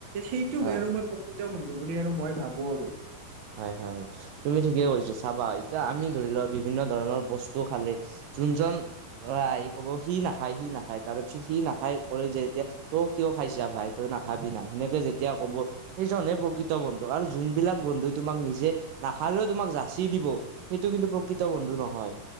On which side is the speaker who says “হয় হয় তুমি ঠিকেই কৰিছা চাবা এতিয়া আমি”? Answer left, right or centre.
Right